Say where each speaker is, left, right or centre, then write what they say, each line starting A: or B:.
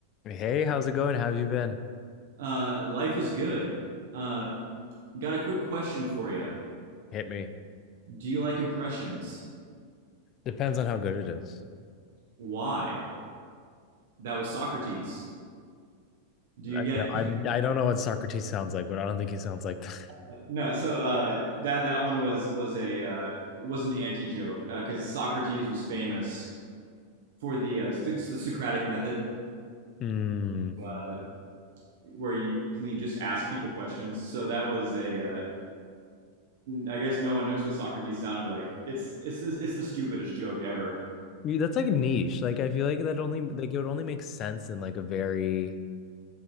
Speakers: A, on the left (about 40°); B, on the right (about 70°).
A: Hey, how's it going? How have you been?
B: Uh, life is good. Uh, got a quick question for you.
A: Hit me.
B: Do you like impressions?
A: Depends on how good it is.
B: Why? That was Socrates. Do you
A: I,
B: get
A: I'm, I don't know what Socrates sounds like, but I don't think he sounds like that. <laughs>
B: it? No. So uh, that that one was was a uh, was an anti joke because uh, Socrates was famous for the uh, the Socratic method,
A: Hmm.
B: uh, where you, you just ask people questions. So that was a. Uh, I guess no one knows what Socrates sounded like. It's it's it's the stupidest joke ever.
A: Yeah, That's like a niche. Like I feel like that only like it would only make sense in like a very